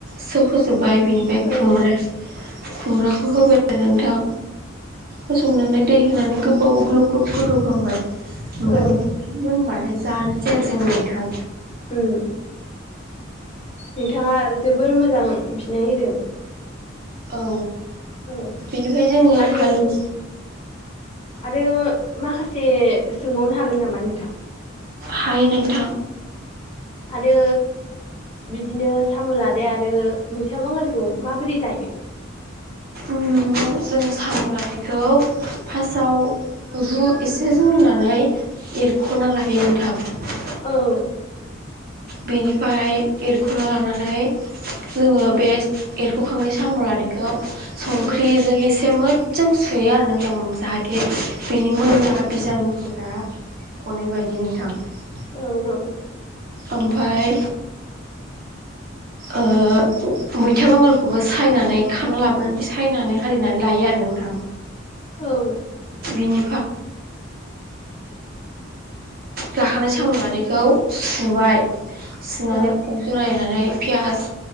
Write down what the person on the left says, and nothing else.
औ
औ
उम। नोंथाङा जोबोर मोजां फिनाय होदों।
औ
आरो
आरो माखासे सोंबावनो हागोन नामा नोंथां?
आरो बिदिनो साम' लादाय आरो मैथा बांगालखौ माबोरै जायो
औ।
उम
औ औ।
औ।
औ